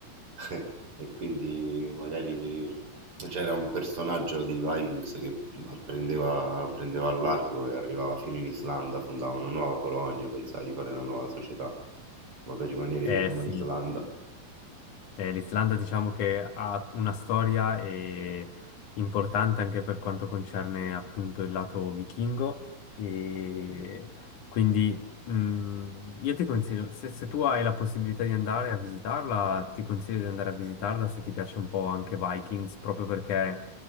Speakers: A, on the right; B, on the left.
A: <laughs> e quindi magari c'era un personaggio di Vikings che prendeva, prendeva a largo e arrivava fino in Islanda, fondava una nuova colonia, pensava di fare una nuova società, insomma, per rimanere
B: eh,
A: in tema
B: sì,
A: Islanda.
B: Eh, l'Islanda diciamo che ha una storia eh, importante anche per quanto concerne appunto il lato vichingo e
A: Mm,
B: quindi mh, io ti consiglio, se, se tu hai la possibilità di andare a visitarla, ti consiglio di andare a visitarla se ti piace un po' anche Vikings, proprio perché